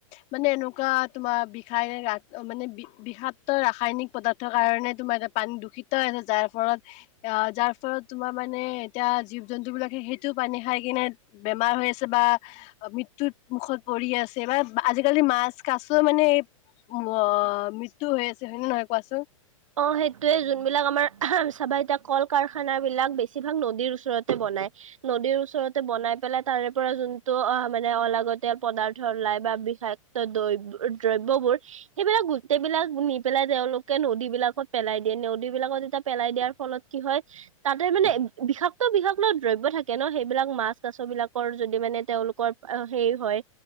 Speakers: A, on the left (about 40°); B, on the right (about 70°).
A: মানে এনেকুৱা তোমাৰ বিষাক্ত মানে বি-বিষাক্ত ৰাসায়নিক পদাৰ্থৰ কাৰণে তোমাৰ এটা পাণী দূষিত হৈ আছে যাৰ ফলত, আ যাৰ ফলত তোমাৰ মানে এতিয়া জীৱ-জন্তু বিলাকে টো পানী খাই কিনে বেমাৰ হৈ আছে বা মৃত্যুত মুখত পৰি আছে বা আজিকালি মাছ কাছ মানে, আ মৃত্যু হৈ আছে হয়নে নহয় কোৱাচোন।
B: অ' সেইটোয়ে যোনবিলাক আমাৰ চাবা এতিয়া কল-কাৰখানা বিলাক বেছিভাগ নদীৰ ওচৰতে বনাই। নদীৰ ওচৰতে বনাই পেলাই তাৰে পৰা যোনটো অ' মানে অলাগতীয়াল পদাৰ্থ ওলাই বা বিষাক ক্ত দ্ৰ-দ্ৰব্যবোৰ সেইবিলাক গোটেইবিলাক নি পেলাই তেওঁলোক কে নদী বিলাকত পেলাই দিয়ে, নদী বিলাকত এতিয়া পেলাই দিয়াৰ ফলত কি হয় তাতে মানে বিষাক্ত, বিষাক্ত দ্ৰব্য থাকে থাকে ন, সেইবিলাক মাছ কাছ বিলাকৰ যদি মানে, তেওঁলোকৰ হেৰি হয়